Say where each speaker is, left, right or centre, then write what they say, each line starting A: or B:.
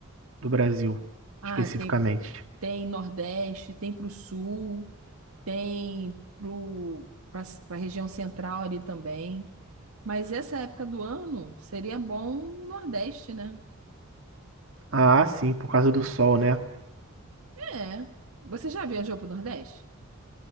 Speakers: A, on the right; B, on the right.
A: do Brasil,
B: Ah,
A: especificamente?
B: tem, tem Nordeste, tem para o Sul, tem para a região central ali também. Mas essa época do ano seria bom o Nordeste, né?
A: Ah, sim, por causa do sol, né?
B: É. Você já viajou pro Nordeste?